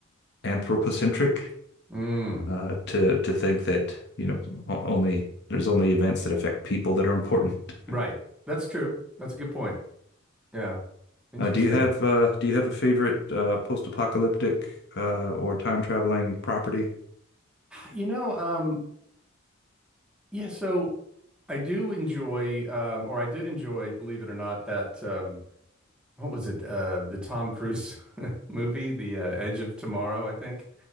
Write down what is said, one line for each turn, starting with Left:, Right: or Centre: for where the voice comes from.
Left: anthropocentric
Centre: Mm,
Left: uh to to think that, you know, o- only there's only events that affect people that are important.
Centre: right. That's true. That's a good point. Yeah. Interesting.
Left: Uh do you have uh do you have a favorite uh post-apocalyptic uh or time traveling property?
Centre: You know, um, yeah, so I do enjoy, um, or I did enjoy, believe it or not, that um, what was it? Uh, the Tom Cruise <laughs> movie, The uh, Edge of Tomorrow, I think.